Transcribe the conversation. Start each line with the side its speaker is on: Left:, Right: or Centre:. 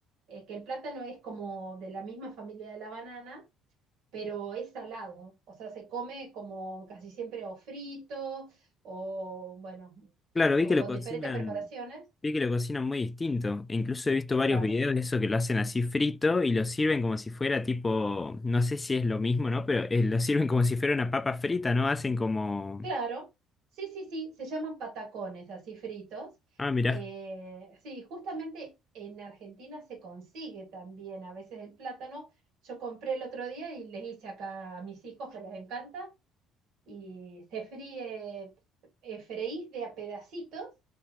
Right: eh, que el plátano es como de la misma familia de la banana, pero es salado, o sea, se come como casi siempre o frito, o bueno,
Left: Claro, vi
Right: o
Left: que lo
Right: con
Left: cocinan,
Right: diferentes preparaciones.
Left: vi que lo cocinan muy distinto. E incluso he visto varios
Right: Claro.
Left: videos de eso que lo hacen así frito y lo sirven como si fuera tipo, no sé si es lo mismo, ¿no? Pero eh, lo sirven como si fuera una papa frita, ¿no? Hacen como,
Right: Claro, sí, sí, sí, se llaman patacones, así fritos.
Left: ah, mirá,
Right: Eh, sí, justamente en Argentina se consigue también a veces el plátano. Yo compré el otro día y les hice acá a mis hijos que les encanta y se fríe, eh, freís de a pedacitos